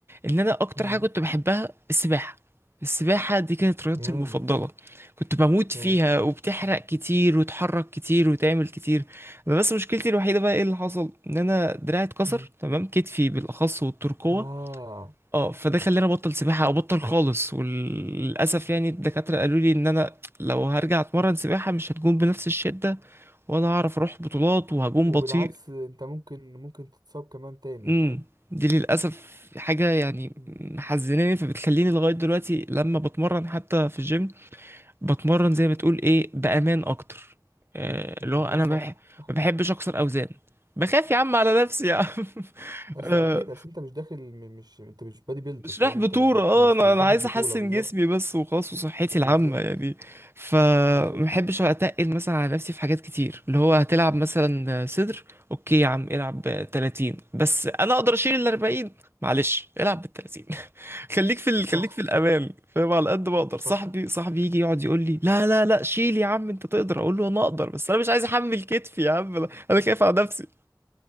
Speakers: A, on the right (about 30°); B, on the right (about 70°).
A: ان انا اكتر
B: مم.
A: حاجة كنت بحبها السباحة السباحة دي كانت رياضتي
B: جامد
A: المفضلة كنت بموت فيها
B: جامد
A: وبتحرق كتير وتحرك كتير وتعمل كتير انا بس مشكلتي الوحيده بقى ايه اللي حصل ان انا دراعي اتكسر
B: مم.
A: تمام كتفي بالاخص والترقوه
B: آه
A: اه فده خلاني ابطل سباحه او ابطل خالص وللاسف يعني الدكاتره قالوا لي ان انا لو هرجع اتمرن سباحه مش هتكون بنفس الشده ولا هعرف اروح بطولات وهجوم
B: وبالعكس
A: بطيء
B: انت ممكن ممكن تتصاب كمان تاني
A: امم
B: فاهم
A: دي للاسف حاجه يعني
B: مم.
A: محزناني فبتخليني لغايه دلوقتي لما بتمرن حتى في الجيم بتمرن زي ما تقول ايه بامان اكتر آه،
B: مم.
A: اللي هو انا
B: لا صح
A: ما بح-
B: صح
A: ما بحبش اكسر اوزان بخاف يا عم على نفسي يا عم <laughs>
B: بس
A: آه،
B: اكيد اصل انت مش داخل م- مش انت مش بادي بيلدر
A: مش
B: فاهم
A: رايح
B: انت
A: بطولة
B: مش بت...
A: اه
B: مش
A: انا
B: مش
A: انا
B: داخل
A: عايز
B: بطولة
A: احسن
B: بالظبط
A: جسمي بس وخلاص وصحتي
B: بالظبط
A: العامة يعني فما
B: بالظبط
A: بحبش اتقل مثلا على نفسي في حاجات كتير اللي هو هتلعب مثلا صدر اوكي يا عم العب 30 بس انا اقدر اشيل ال 40 معلش العب بال 30 خليك في ال...
B: صح
A: خليك في الامان
B: صح
A: فاهم على قد ما اقدر
B: صح
A: صاحبي صاحبي يجي يقعد يقول لي لا لا لا شيل يا عم انت تقدر اقول له انا اقدر بس انا مش عايز احمل كتفي يا عم انا أنا خايف على نفسي